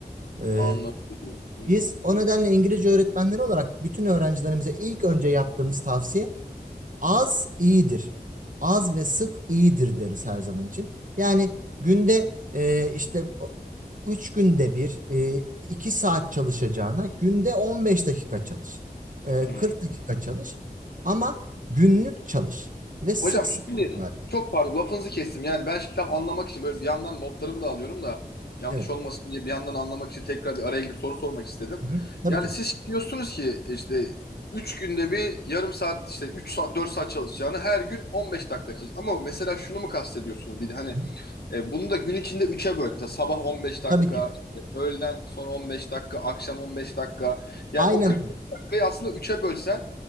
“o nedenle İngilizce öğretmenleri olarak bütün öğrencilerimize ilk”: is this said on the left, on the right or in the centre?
Right